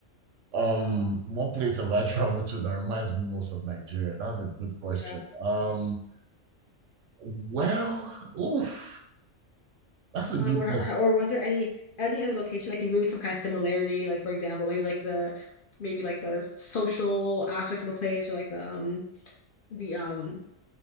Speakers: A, on the right (about 70°); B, on the left (about 55°).
A: um, what place have I <laughs> traveled to that reminds me most of Nigeria? That's a good question.
B: Yeah.
A: Um, well, oof, that's a
B: Or
A: good
B: like where
A: question.
B: or was there any any other location like maybe some kind of similarity like for example maybe like the maybe like the social aspect of the place or like the um the um